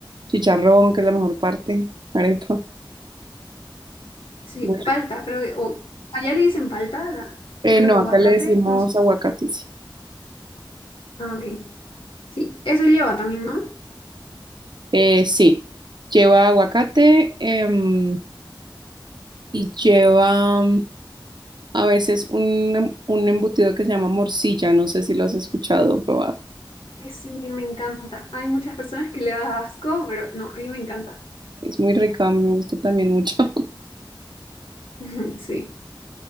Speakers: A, on the right; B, on the left.
A: chicharrón, que es la mejor parte, <laughs> arepa.
B: Sí,
A: Muy
B: palta,
A: rico.
B: creo que. O allá le dicen palta, la-
A: Eh,
B: creo
A: no,
B: que aguacate,
A: acá le decimos
B: no sé.
A: aguacate, sí.
B: Ah, ok. Sí, eso lleva también, ¿no?
A: Eh, sí, lleva aguacate em, y lleva... A veces un, em- un embutido que se llama morcilla, no sé si lo has escuchado o probado.
B: Ay, Sí, me encanta. Hay muchas personas que le da asco, pero no, a mí me encanta.
A: Es muy rica, a mí me gusta también mucho. <laughs>
B: <laughs> Sí.